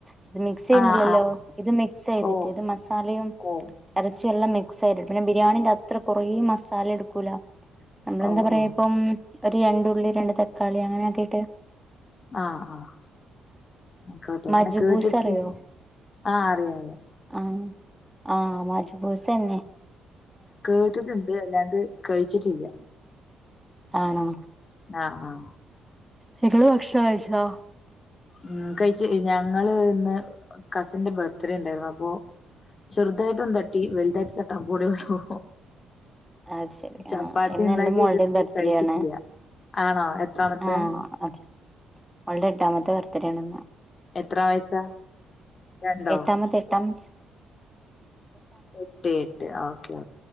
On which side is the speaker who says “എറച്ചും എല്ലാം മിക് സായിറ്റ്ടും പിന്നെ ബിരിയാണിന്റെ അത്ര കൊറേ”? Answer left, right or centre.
Centre